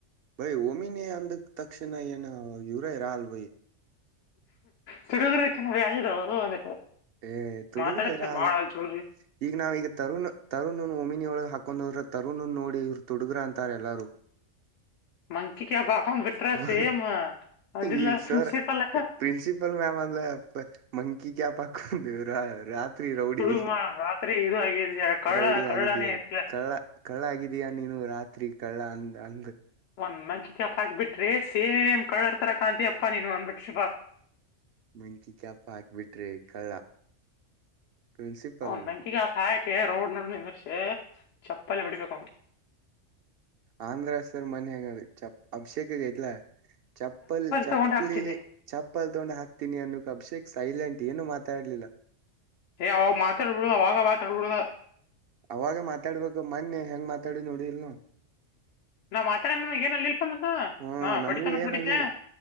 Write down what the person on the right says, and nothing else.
ಭೈ ಮಿನಿ ಅಂದ ತಕ್ಷಣ ಏನ ಇವರರಲ್ ಭಯಿ
ಏ ತುಡುಗ್ರೆ
ಇರಲ್
ಈಗ ನಾವ ಈಗ ತರುಣ ತರುಣನ್ನು ಒಮಿನಿಯ ಒಳಗೆ ಹಾಕೊಂಡ್ ಹೋದ್ರೆ ತರುಣ ನೋಡಿ ಇವರು ತುಡುಗ್ರ ಅಂತಾರ ಎಲ್ಲಾರೂ.
ಹ್ಮ
ಈ
ಸರ್ ಪ್ರಿನ್ಸಿಪಲ್ ಮ್ಯಾಮ್ ಅಂದ್ರ ಮಂಕಿ ಕ್ಯಾಪ್ ಗರ ರತ್ ರೌಡಿ
ರೌಡಿ
ಆಗಿದಯ
ಕಳ್ಳ ಕಳ್ಳ ಆಗ ಇದಯಾ ನೀನು ರಾತ್ರಿ ಕಳ್ಳ ಅಂದ್ ಅಂದ
ಮುಂಕಿ ಕ್ಯಾಪ ಹಾಕ್ಬಿಟ್ರಿ ಕಳ್ಳ. ಪ್ರಿನ್ಸಿಪಲ್
ಆಂಧ್ರ ಸರ್ ಮನ್ಗ ಚ ಅಭಿಷೇೇಕಗಯಲ ಚಪ್ಪಲ್ ಚಪ್ಪಲಿಲಿ
ಚಪ್ಪಲ್ ತಗೊಂಡು ಹಾಕ್ತೀನಿ ಅನ್ನೋಕ್ ಅಭಿಷೇಕ್ ಸೈಲೆಂಟ್ ಏನು ಮಾತಾಡ್ಲಿಲ್ಲ
ಅವಾಗ ಮಾತಾಡ್ಬೇಕು ಮೊನ್ನೆ ಹೆಂಗ್ ಮಾತಾಡ ನೋಡಿ ಇಲ್ನೋ.
ಹ್ಮ
ನಮಗೂ
ಏನ್
ಅನ್ಲಿಲ್ಲ